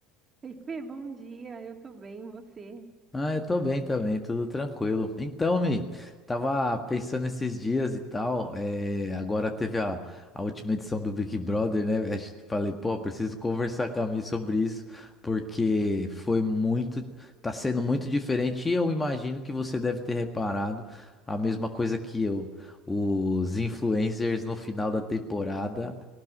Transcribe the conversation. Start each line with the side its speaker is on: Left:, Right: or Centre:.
Right: Oi, Fê, bom dia, eu tô bem, você?
Left: Ah, eu tô bem também, tudo tranquilo. Então, Mi, tava pensando esses dias e tal, eh, agora teve a, a última edição do Big Brother, né? Acho que Falei, pô, preciso conversar com a Mi sobre isso, porque foi muito, tá sendo muito diferente e eu imagino que você deve ter reparado a mesma coisa que eu. Os influencers no final da temporada